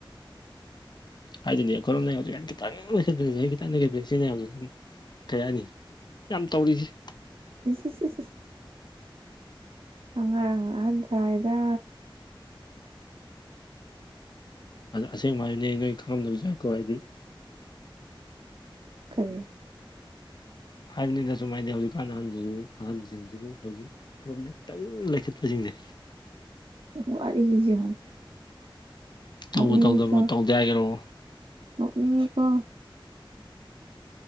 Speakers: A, on the left (about 55°); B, on the right (about 80°).
A: ꯍꯥꯏꯗꯤꯅꯦ ꯑꯩꯈꯣꯏꯔꯣꯝꯅꯁꯨ ꯈꯤꯇꯪ ꯂꯁꯤꯠꯄ ꯈꯤꯇꯪ ꯂꯩꯈꯠ ꯁꯤꯅꯦ ꯀꯩ ꯍꯥꯏꯅꯤ ꯌꯥꯝ ꯇꯧꯔꯤꯁꯦ
B: ꯏꯁ ꯏꯁ ꯏꯁ ꯑꯉꯥꯡꯅ ꯑꯍꯟ ꯁꯥꯏꯗ
A: ꯑꯁꯦꯡꯕ ꯍꯥꯏꯅꯦ ꯅꯣꯏ ꯈꯪꯉꯝꯗꯕꯁꯨꯌꯥꯏꯀꯣ ꯍꯥꯏꯗꯤ
B: ꯀꯔꯤ
A: ꯍꯥꯏꯕꯅꯤꯗꯁꯨꯃꯥꯏꯗꯤ ꯍꯧꯖꯤꯛꯀꯥꯟ ꯑꯍꯟꯁꯤꯡꯕꯨ ꯑꯍꯟꯁꯤꯡꯁꯤꯕꯨ ꯍꯧꯖꯤꯛ ꯈꯨꯔꯣꯝꯗ ꯈꯤꯇꯪ ꯂꯩꯈꯠꯄꯁꯤꯡꯁꯦ
B: ꯋꯥꯔꯤꯁꯦ ꯌꯦꯡꯉꯨꯅꯦ
A: ꯇꯧꯕ
B: ꯅꯣꯛꯅꯤꯡꯉꯤꯀꯣ
A: ꯇꯧꯗꯕꯅꯣ ꯇꯧꯗꯦ ꯍꯥꯏꯒꯤꯔꯣ
B: ꯅꯣꯛꯅꯤꯡꯉꯤꯀꯣ